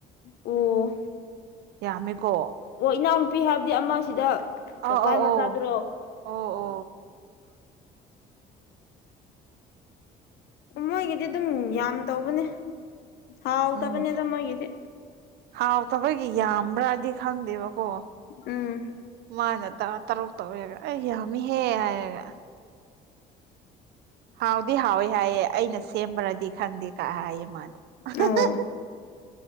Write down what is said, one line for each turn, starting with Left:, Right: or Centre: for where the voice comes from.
Left: ꯑꯣ
Right: ꯌꯥꯝꯃꯤꯀꯣ
Left: ꯑꯣ ꯏꯅꯥꯎꯅꯨꯄꯤ ꯍꯥꯏꯕꯗꯤ ꯑꯃꯁꯤꯗ
Right: ꯑ ꯑ
Left: ꯀꯀꯥꯏ
Right: ꯑꯣ
Left: ꯃꯆꯥꯗꯨꯔꯣ
Right: ꯑꯣ ꯑꯣ
Left: ꯃꯣꯏꯒꯤꯗꯤ ꯑꯗꯨꯝ ꯌꯥꯝ ꯇꯧꯕꯅꯦ ꯍꯥꯎꯇꯕꯅꯦꯗ
Right: ꯑ
Left: ꯃꯣꯏꯒꯤꯗꯤ
Right: ꯍꯥꯎꯇꯕꯒꯤ ꯌꯥꯝꯕ꯭ꯔꯥꯗꯤ ꯈꯪꯗꯦꯕꯀꯣ
Left: ꯎꯝ
Right: ꯃꯥꯅ ꯇꯔꯥ ꯇꯔꯨꯛ ꯇꯧꯋꯦꯒ ꯑꯩ ꯌꯥꯝꯃꯤꯍꯦ ꯍꯥꯏꯔꯒ ꯍꯥꯎꯗꯤ ꯍꯥꯎꯋꯦ ꯍꯥꯏꯌꯦ ꯑꯩꯅ ꯁꯦꯝꯕ꯭ꯔꯗꯤ ꯈꯪꯗꯦ ꯀꯛ ꯍꯥꯏꯌꯦ ꯃꯥꯗꯣ <unintelligible>
Left: ꯑꯣ